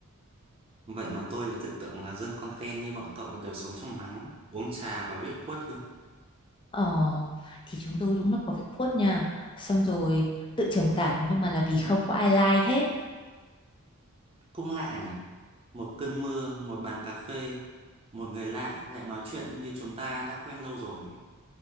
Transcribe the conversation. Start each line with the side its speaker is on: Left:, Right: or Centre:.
Right: Vậy mà tôi lại cứ tưởng là dân content như bọn cậu đều sống trong nắng, uống trà và viết quất cơ.
Left: Ờ thì chúng tôi đúng là có việc quất nha xong rồi tự trầm cảm nhưng mà là vì không có ai like hết
Right: Cũng lạ nhỉ? Một cơn mưa, một bàn cà phê, một người lạ lại nói chuyện như chúng ta đã quen lâu rồi.